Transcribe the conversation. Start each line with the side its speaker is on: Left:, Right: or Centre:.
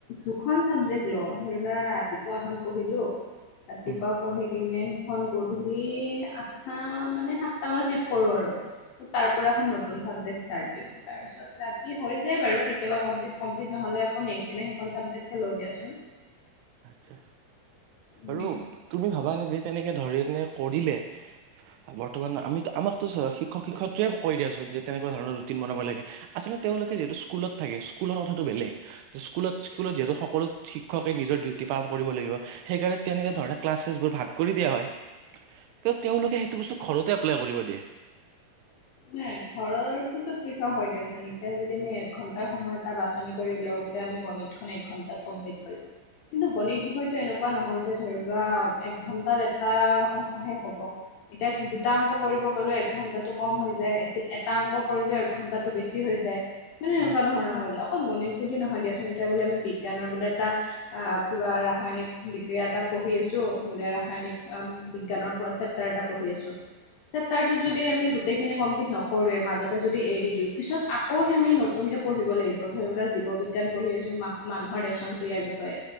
Left: দুখন চাবজেক্ট লওঁ, ধৰিলোৱা ৰাতিপুৱা এখন পঢ়িলোঁ- ৰাতিপুৱা
Right: উম,
Left: পঢ়ি কিনে সেইখন গধূলি- অঁ, মানে সাতটা মানত শেষ কৰো আৰু। তাৰ পৰা এখন নতুন চাবজেক্ট - তাৰপিছত ৰাতি হৈ যায় বাৰু কেতিয়াবা কমপ্লিট কমপ্লিট নহলে আকৌ নেক্স দিনা সেইখন চাবজেক্ট- এয়া লওঁ দিয়াচোন।
Right: আচ্ছা,
Left: উম।
Right: আৰু তুমি ভাবা নে যে তেনেকে ধৰে এনে কৰিলে, বৰ্তমান আমি আমাকতো চ শিক্ষক শিক্ষয়ত্ৰীৰে কৈ দিয়ে আছোঁ যে তেনেকুৱা ধৰণৰ ৰুটিন বনাব লাগে। আচলতে তেওঁলোকে যিহেতু স্কুলত থাকে, স্কুলৰ কথাটো বেলেগ। স্কুলত, স্কুলত যিহেতু সকলো শিক্ষকে নিজৰ ডিউতি- প্ৰতিপালন কৰিব লাগিব। সেইকাৰণে তেনেকে ধৰণে ক্লাছেছ বোৰ ভাগ কৰি দিয়া হয়। ত' তেওঁলোকে সেইটো বস্তু ঘৰতে এপ্লাই কৰিব দিয়ে।
Left: নাই ঘৰৰতোক পৃথক হয় দিয়াচোন। এতিয়া যদি আমি এক ঘন্টাৰ সময় এটা বাছ- <unintelligible> গণিত খন এক ঘন্টাত কমপ্লিত কৰিম। কিন্তু গণিত বিষয়টো এনেকুৱা নহয় যে ধৰি লোৱা এক ঘন্টাত এটা অংকহে হ'ব। এতিয়া দুটা অংক কৰিব গ'লেও একঘণ্টাটো কম হৈ যায়। যে এটা অংক কৰিলে একঘন্টাটো বেছি হৈ যায়, মানে এনেকুৱা
Right: উম,
Left: ধৰণৰ হৈ যায়। গণিত বুলি নহয় দিয়াচোন, এতিয়া বোলে আমি বিজ্ঞানৰ বোলে এটা- অঁ, কিবা ৰাসায়নিক বিষয়া এটা- পঢ়ি আছোঁ। বোলে ৰাসায়নিক বিজ্ঞানৰ পৰা চে- চেপটাৰ এটা পঢ়ি আছো। চেপটাৰ টোত যদি
Right: হয়, হয়,
Left: আমি গোটেইখিনি- কমপ্লিত নকৰোৱে মাজতে যদি এৰি দিওঁ। পিছত আকৌ সেই আমি নতুনকে পঢ়িব লাগিব। ধৰি লোৱা- ব বিজ্ঞান পঢ়ি আছো ম মানুহৰ ৰেচন ক্ৰিয়াৰ বিষয়ে।